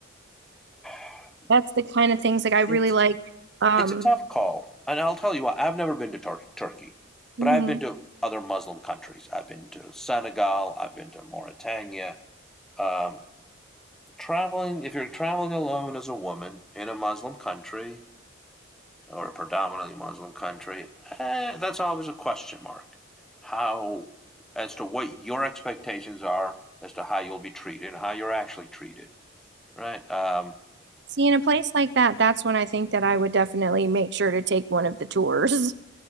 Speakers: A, in the centre; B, on the right.
A: <sighs>
B: That's the kind of things like I
A: It's
B: really like. Um,
A: It's a tough call, and I'll tell you what. I've never been to Tur- Turkey, but
B: mhm.
A: I've been to other Muslim countries. I've been to Senegal. I've been to Mauritania. Um, traveling, if you're traveling alone as a woman in a Muslim country or a predominantly Muslim country, eh, that's always a question mark. How, as to what your expectations are, as to how you'll be treated, how you're actually treated, right? Um,
B: See, in a place like that, that's when I think that I would definitely make sure to take one of the tours